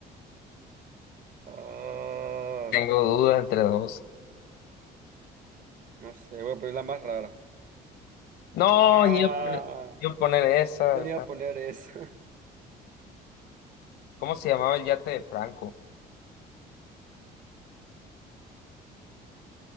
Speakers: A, on the right; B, on the left.
A: Ah,
B: Tengo dudas entre dos.
A: no sé, voy a poner la más rara.
B: No,
A: Ah,
B: yo, yo poner esa.
A: no tenía
B: ta-
A: que poner eso. <laughs>
B: ¿Cómo se llamaba el yate de Franco?